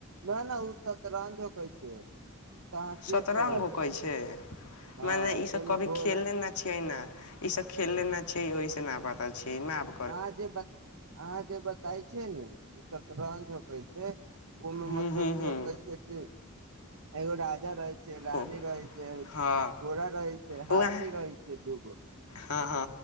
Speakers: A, on the right (about 70°); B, on the left (about 85°).
A: न - न ओ सतरंज होकै छै, अहाँ चेस
B: सतरङ्ग
A: के बात
B: होकै
A: करै छी
B: छै,
A: हँ
B: मने ईस सभ
A: जाहिमे
B: कभी
A: घोड़ा
B: खेलने ना छियै ना, इ सब खेलने ना छी ओहिस न पता छी न आब
A: अहाँ जे बता, अहाँ जे बता ताइ छै नू सतरंज होकै छै, ओमे
B: हूँ
A: मतलब
B: हूँ
A: के
B: हूँ
A: कहै छै कि, एगो राजा रहै छै, रानी
B: ओ
A: रहै छै,
B: हँ
A: घोड़ा रहै छै,
B: ओ
A: हाथी
B: अहाँ
A: रहै छै, दूगो।
B: हँ - हँ